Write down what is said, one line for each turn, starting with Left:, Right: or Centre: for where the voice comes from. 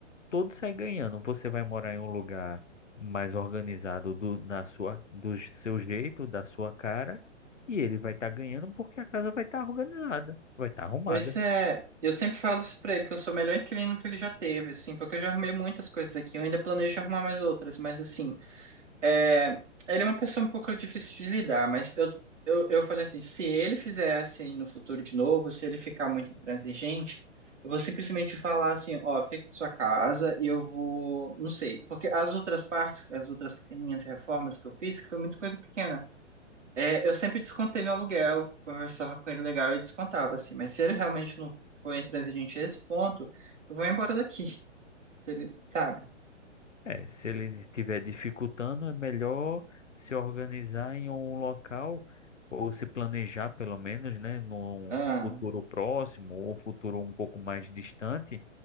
Left: todo sai ganhando. Você vai morar em um lugar mais organizado do, na sua, do seu jeito, da sua cara, e ele vai estar ganhando porque a casa vai estar organizada, vai estar arrumada.
Right: pois é. Eu sempre falo isso pra ele, que eu sou o melhor inquilino que ele já teve, assim, porque eu já arrumei muitas coisas aqui, eu ainda planejo arrumar mais outras, mas assim, É, ele é uma pessoa um pouco difícil de lidar, mas eu, eu, eu falei assim, se ele fizer assim no futuro de novo, se ele ficar muito intransigente, eu vou simplesmente falar assim, ó, fica em sua casa e eu vou, não sei, porque as outras partes, as outras pequenininhas reformas que eu fiz, que foi muita coisa pequena, é, eu sempre descontei no aluguel, conversava com ele legal e descontava assim, mas se ele realmente não foi intransigente a esse ponto, eu vou embora daqui, se ele, sabe?
Left: É, se ele estiver dificultando, é melhor se organizar em um local ou se planejar pelo menos, né, num
Right: Ah,
Left: futuro próximo ou futuro um pouco mais distante